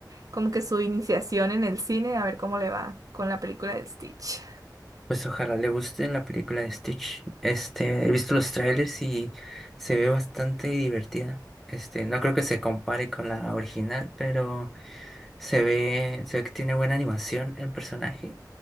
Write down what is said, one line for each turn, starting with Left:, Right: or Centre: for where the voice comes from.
Right: como que su iniciación en el cine, a ver cómo le va con la película de Stitch.
Centre: Pues ojalá le guste la película de Stitch. Este, he visto los trailers y se ve bastante divertida. Este, no creo que se compare con la original, pero se ve, se ve que tiene buena animación el personaje